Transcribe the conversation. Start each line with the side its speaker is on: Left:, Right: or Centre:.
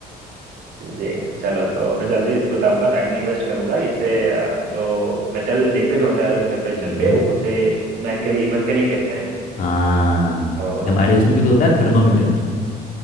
Right: जी चलो तो मैं जल्दी बताऊंगा टाइम नहीं वेस्ट करूंगा इसे अ, जो मेटल लिक्विड होता है रूम टेम्परेचर
Left: हम्म
Right: पे उसे मरकरी मरकरी कहते हैं
Left: हाँ
Right: तो
Left: ये हमारे उसमें भी तो होता है थर्मामीटर में